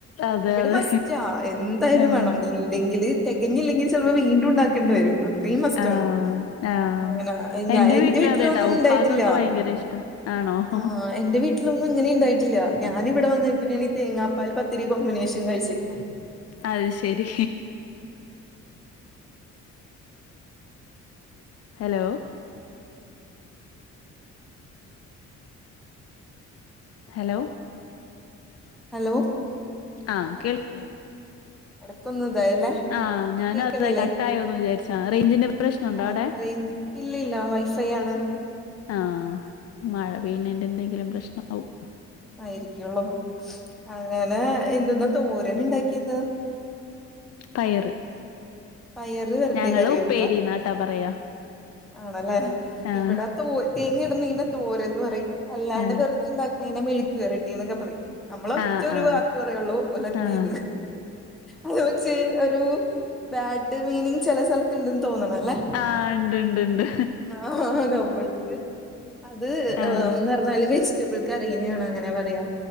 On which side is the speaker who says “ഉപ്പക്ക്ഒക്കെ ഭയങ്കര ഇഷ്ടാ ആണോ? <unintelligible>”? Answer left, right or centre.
Left